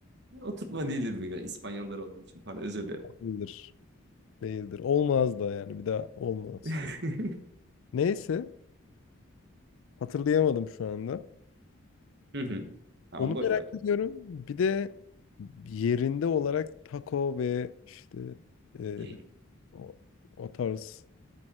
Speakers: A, on the right (about 50°); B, on the left (about 65°).
A: Oturtma değildir bir İspanyollar olduğu için pardon özür dilerim.
B: Değildir. Değildir. Olmaz da yani. Bir daha olmaz.
A: <laughs>
B: Neyse. Hatırlayamadım şu anda.
A: Hı hı. Tamam
B: Onu
A: boş
B: merak
A: ver.
B: ediyorum. Bir de yerinde olarak taco ve işte e,
A: İyi.
B: o, o tarz.